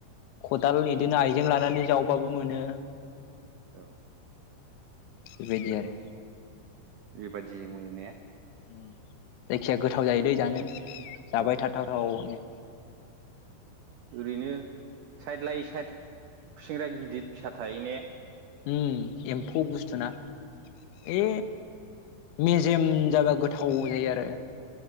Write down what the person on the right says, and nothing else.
औ।
बेबादिजों मोनो ने?
उम
ओरैनो साइद लायै साइद खुसेंग्राया गिदिर फिसा थायो ने?
उम
औ